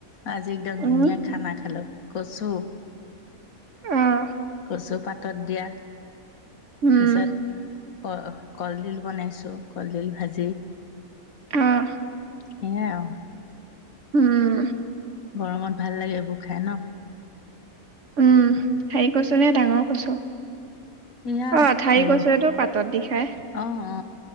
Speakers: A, on the left (about 70°); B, on the right (about 60°).
A: আজি একদম
B: উম
A: ধুনীয়া খানা খালোঁ কচু
B: উম।
A: কচু পাতত দিয়া।
B: উম
A: তাপিছত ক কলডিল বনাইছো কলডিল ভাজি।
B: অহ।
A: সেয়া আও।
B: হুম।
A: গৰমত ভাল লাগে এইবোৰ খাই ন?
B: উম ঠাৰি কচু নে ডাঙৰ কচু?
A: এয়া
B: অ ঠাৰি
A: হে
B: কচু এইটো পাতত দি খাই।
A: অ অ